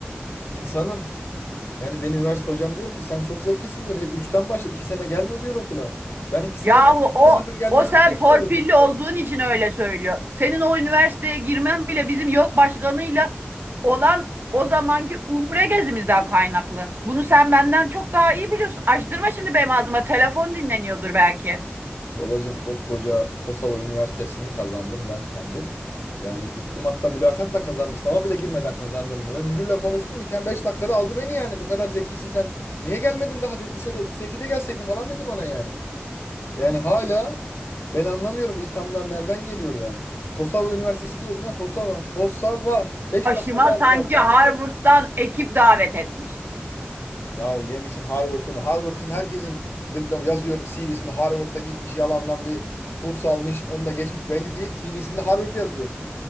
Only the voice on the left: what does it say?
insanım. Yani benim üniversite hocam diyor ki sen çok zekisin diyor. Üçten başla iki sene gelme diyor okula. Ben iki
sene üçüncü
sınıfın gelmesini
bekliyorum.
Babacım koskoca Kosova Üniversitesi'ni kazandım ben kendim. Yani gittim hatta mülakatla kazandım. Sınava bile girmeden kazandım. Ben müdürle konuştum iken 5 dakikada aldı beni yani. Bu kadar zekisin sen. Niye gelmedin daha dedi. Lisede, lise 2'de gelseydin falan dedi bana yani. Yani hala ben anlamıyorum bu ithamlar nereden geliyor yani. Kosova Üniversitesi diyorum ya Kosova. Kosova. beş
dakika daha azlardı.
Yahu yemişim Harvard'ın. Harvard'ın herkesin diplom yazıyor CV'sinde Harvard'da gitmiş yalandan bir kurs almış. Onu da geçmiş belli değil. CV'sinde Harvard yazıyor.